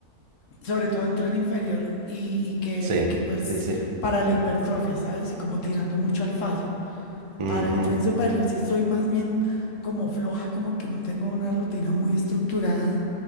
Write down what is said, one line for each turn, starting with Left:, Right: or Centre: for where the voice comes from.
Left: sobre todo en tren inferior, y, y que,
Right: Sí,
Left: y que pues
Right: sí, sí.
Left: para la hipertrofia, ¿sabes? Y como tirando mucho al fallo. Para
Right: Ujú.
Left: el tren superior sí soy más bien como floja, como que no tengo una rutina muy estructurada.